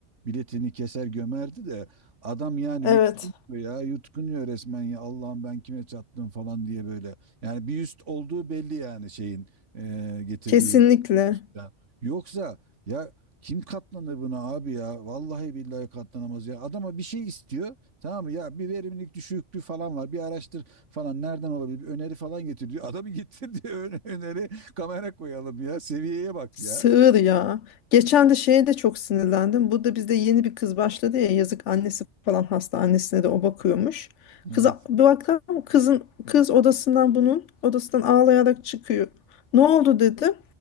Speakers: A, on the right; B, on the left.
A: biletini keser gömerdi de adam yani
B: Evet.
A: yutkunuyor ya yutkunuyor resmen ya Allah'ım ben kime çattım falan diye böyle. Yani bir üst olduğu belli yani şeyin eee, getirdiği
B: Kesinlikle.
A: üstten. Yoksa ya kim katlanır buna abi ya? Vallahi billahi katlanamaz ya. Adama bir şey istiyor. Tamam mı? Ya bir verimlilik düşüklüğü falan var. Bir araştır falan. Nereden olabilir? Bir öneri falan getir diyor. <laughs> Adamı getir diyor. Öne- Öneri kamera koyalım ya. Seviyeye bak
B: Sığır
A: ya.
B: ya. Geçen de şeye de çok sinirlendim. Burada bizde yeni bir kız başladı ya yazık annesi falan hasta annesine de o bakıyormuş.
A: Evet.
B: Kıza bir baktım kızın kız odasından bunun odasından ağlayarak çıkıyor. Ne oldu dedim?